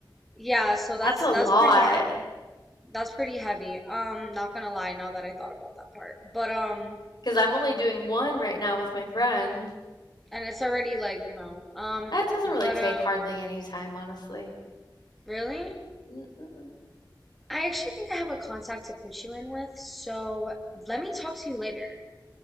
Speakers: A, in the centre; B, on the left (about 60°).
A: Yeah, so that's
B: That's a
A: that's
B: lot.
A: pretty heavy. That's pretty heavy. Um, not gonna lie, now that I thought about that part. But um,
B: Because I'm only doing one right now with my friend.
A: and it's already like, you know, um,
B: That doesn't really
A: but
B: take
A: uh,
B: hardly any time, honestly.
A: really?
B: Mm-mm.
A: I actually think I have a contact to put you in with, so let me talk to you later.